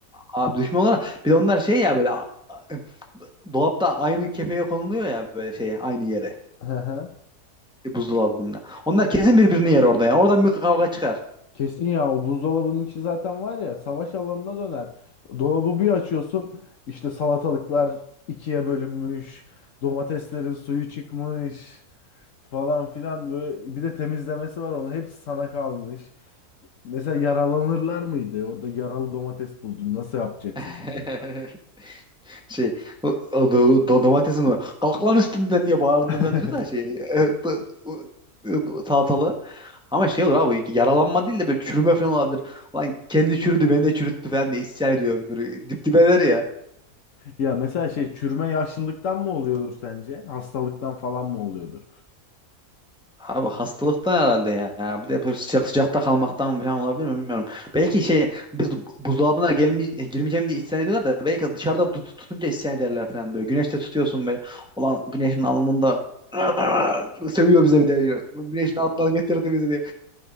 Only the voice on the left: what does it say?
Hı hı.
Kesin ya o buzdolabının içi zaten var ya savaş alanına döner. Dolabı bir açıyorsun işte salatalıklar ikiye bölünmüş, domateslerin suyu çıkmış falan filan böyle bir de temizlemesi var onu hepsi sana kalmış. Mesela yaralanırlar mıydı? Orada yaralı domates buldun. Nasıl yapacaksın
mesela?
<laughs>
Ya mesela şey çürüme yaşlılıktan mı oluyordur sence? Hastalıktan falan mı oluyordur?